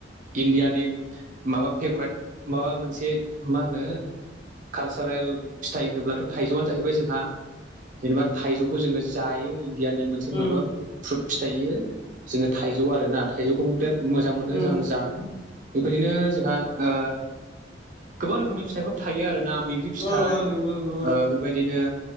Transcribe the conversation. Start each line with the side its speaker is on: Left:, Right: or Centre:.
Right: इण्डियानि माबा फेभराइट माबा मोनसे मा होनो कालसारेल फिथाइ होनोब्लाथ' थाइजौआनो जाहैबाय जोंहा जेनेबा थाइजौखौ जोङो जायो इण्डियानि मोनसे
Left: उम
Right: माबा फ्रुट फिथाइयो जोङो थाइजौ आर ना थाइजौखौबो बिराद मोजां मोनो
Left: उम
Right: आं जानो बेबायदिनो जोंहा ओ गोबां रोखोमनि फिथाइफोर थायो आरोना बै ग्रि फिथाय
Left: ओ ओ
Right: ओ
Left: नंगौ नंगौ
Right: बेबायदिनो